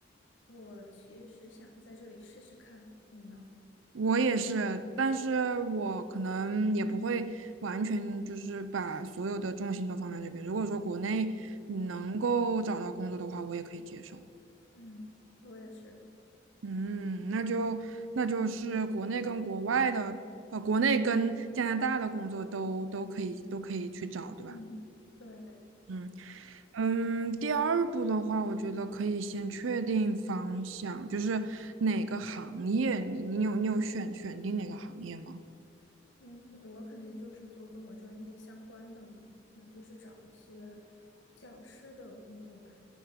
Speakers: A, on the left; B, on the right.
A: 我其实想在这里试试看，你呢？
B: 我也是，但是我可能也不会完全就是把所有的重心都放在这边。如果说国内能够找到工作的话，我也可以接受。
A: 嗯，我也是。
B: 嗯，那就那就是国内跟国外的，呃，国内跟加拿大的工作都都可以都可以去找，对吧？
A: 嗯，对。
B: 嗯。嗯，第二步的话，我觉得可以先确定方向，就是哪个行业，你你有你有选选定哪个行业吗？
A: 嗯，我肯定就是做跟我专业相关的嘛，嗯，就是找一些教师的工作吧。